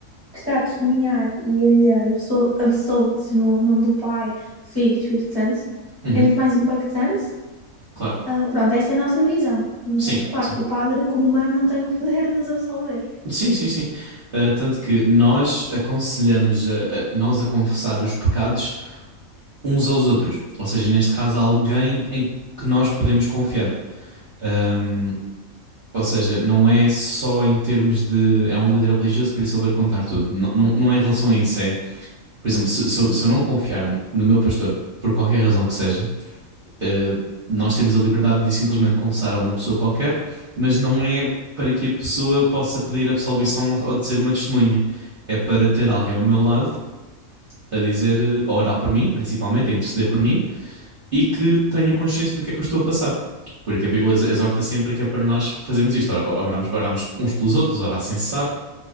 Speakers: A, on the left (about 20°); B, on the right (about 50°).
A: que está a testemunhar e a dizer, olha, absol- absolve-te no nome do Pai, do Filho e do Espírito Santo,
B: uhum.
A: é muito mais impactante.
B: Claro,
A: Ah, pronto, essa é a nossa visão. Mas
B: sim,
A: claro
B: sim.
A: que o padre, como humano, não tem o poder de nos absolver.
B: Sim, sim, sim. Uh, tanto que nós aconselhamos a, a- nós a confessar os pecados uns aos outros. Ou seja, neste caso, alguém em que nós podemos confiar. Ahm, ou seja, não é só em termos de é um líder religioso, por isso eu vou-lhe contar tudo. Não, não, não é em relação a isso. É, por exemplo, se, se eu, se eu não confiar no meu pastor, por qualquer razão que seja, eh, nós temos a liberdade de simplesmente confessar a uma pessoa qualquer, mas não é para que a pessoa possa pedir absolvição ou- de ser uma testemunha. É para ter alguém ao meu lado a dizer, eh, a orar por mim, principalmente, a interceder por mim, e que tenha consciência do que é que eu estou a passar. Porque a Bíblia exorta sempre que é para nós fazermos isto. Oramos, oramos uns pelos outros, orar sem cessar,